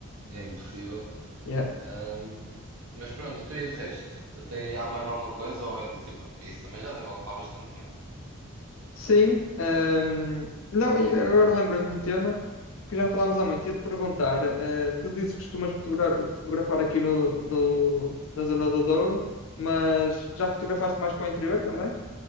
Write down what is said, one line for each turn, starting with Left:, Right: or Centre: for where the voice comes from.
Right: é impossível.
Left: Yeah.
Right: Ahm, mas pronto, então e de resto? Tem, há mais alguma coisa ou é do tipo, isso também já deve ocupar bastante tempo?
Left: Sim, hum, não, e agora lembrei-me de um tema que já não falámos há muito. Ia-te perguntar: eh, tu dizes que costumas fotogra- fotografar aqui no, no- na zona do Douro, mas já fotografaste mais para o interior também?